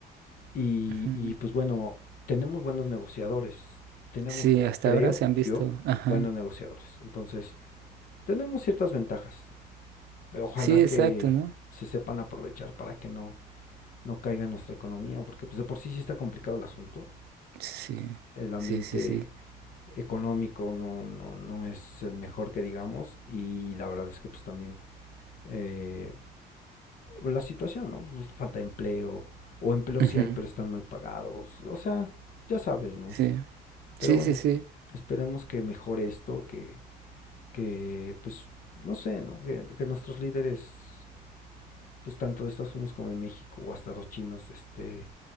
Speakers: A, on the left (about 55°); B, on the right (about 70°).
A: Y,
B: ujú.
A: y pues bueno, tenemos buenos negociadores. Tenemos,
B: Sí, hasta
A: creo
B: ahora se han visto,
A: yo,
B: ajá,
A: buenos negociadores. Entonces, tenemos ciertas ventajas. Ojalá
B: sí, exacto,
A: que
B: ¿no?
A: se sepan aprovechar para que no, no caiga en nuestra economía, porque pues de por sí sí está complicado el asunto.
B: Sí,
A: El ambiente
B: sí, sí, sí,
A: económico, no, no, no es el mejor que digamos y la verdad es que pues también eh, la situación, ¿no? Pues, falta de empleo o empleo
B: ujú,
A: sí hay pero están mal pagados, o sea, ya sabes, ¿no?
B: Sí,
A: Pero
B: sí,
A: bueno,
B: sí, sí,
A: esperemos que mejore esto, que, que pues no sé, ¿no? Que, que nuestros líderes, pues tanto de Estados Unidos como de México o hasta los chinos, este,